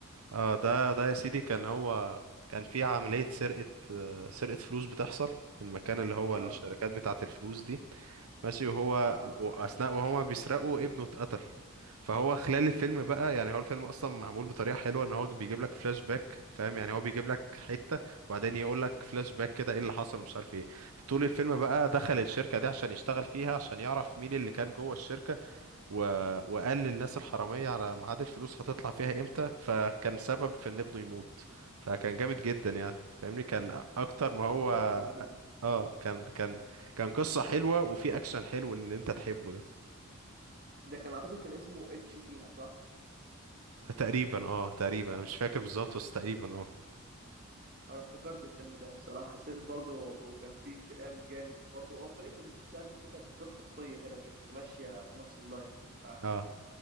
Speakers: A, on the right; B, on the right.
A: اه ده ده يا سيدي كان هو كان في عملية سرقة آه، سرقة فلوس بتحصل في المكان اللي هو
B: اه
A: الشركات بتاعة الفلوس دي ماشي وهو
B: اه
A: وأثناء وهما بيسرقوا ابنه اتقتل فهو خلال الفيلم بقى يعني هو الفيلم اصلا معمول بطريقه حلوه ان هو بيجيب لك فلاش باك فاهم يعني هو بيجيب لك حته وبعدين يقول لك فلاش باك كده ايه اللي حصل مش عارف ايه طول الفيلم بقى دخل الشركه دي عشان يشتغل فيها عشان يعرف مين اللي كان جوه الشركه و... وقال للناس الحراميه على ميعاد الفلوس هتطلع فيها امتى فكان سبب في ان ابنه يموت فكان جامد جدا يعني فاهمني كان اكتر
B: انا افتكرت
A: ما هو
B: الفيلم
A: اه كان كان كان قصه حلوه وفي اكشن حلو اللي انت تحبه ده
B: ده كان اعتقد كان اسمه اتش فيها صح
A: تقريبا اه تقريبا انا مش فاكر بالظبط بس تقريبا اه
B: انا افتكرت الفيلم ده بصراحة حسيت برضه كان فيه انتقام جامد برضه اه طريقة السرد فيه كانت غير خطية كده ما كانتش ماشية في نفس اللاين فعلا
A: اه